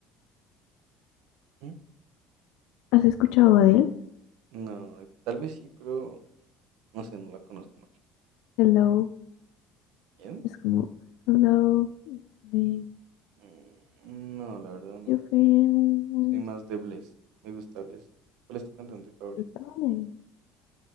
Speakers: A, on the right (about 70°); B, on the left (about 65°).
A: ¿Mm?
B: ¿Has escuchado a él?
A: No, tal vez sí, pero no sé, no la conozco mucho.
B: Hello.
A: ¿Quién?
B: Es como, hello, it's me,
A: Mm, No, la verdad no.
B: your friend, where
A: Soy más
B: is-"
A: de Bless. Me gusta Bless. ¿Cuál es tu cantante favorito?
B: no estaba ahí.